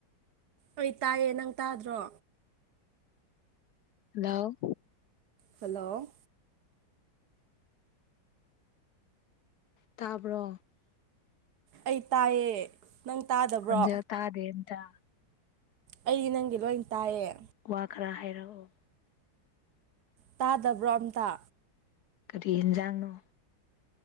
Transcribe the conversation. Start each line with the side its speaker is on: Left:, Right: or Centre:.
Right: ꯑꯩ ꯇꯥꯏꯌꯦ ꯅꯪ ꯇꯥꯗ꯭ꯔꯣ
Left: ꯍꯜꯂꯣ
Right: ꯍꯜꯂꯣ
Left: ꯇꯥꯕ꯭ꯔꯣ
Right: ꯑꯩ ꯇꯥꯏꯌꯦ ꯅꯪ ꯇꯥꯗꯕ꯭ꯔꯣ
Left: ꯖ ꯇꯥꯗꯦꯟꯇ
Right: ꯑꯩꯗꯤ ꯅꯪꯗꯤ ꯂꯣꯏ ꯇꯥꯏꯌꯦ
Left: ꯋꯥ ꯈꯔ ꯍꯥꯏꯔꯛꯑꯣ
Right: ꯇꯥꯗꯕ꯭ꯔꯣ ꯑꯝꯇ
Left: ꯀꯔꯤ ꯏꯟꯖꯥꯡꯅꯣ